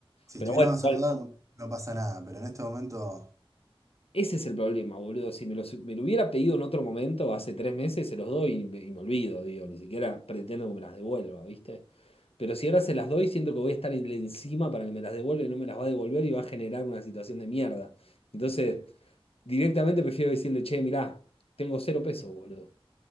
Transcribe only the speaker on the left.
Pero
bueno,
igual,
Ese es el problema, boludo. Si me los- me lo hubiera pedido en otro momento, hace tres meses, se los doy y me, y me olvido, digo. Ni siquiera pretendo que me las devuelva, ¿viste? Pero si ahora se las doy, siento que voy a estar en- encima para que me las devuelva y no me las va a devolver y va a generar una situación de mierda. Entonces, directamente prefiero decirle, che, mirá, tengo cero pesos, boludo.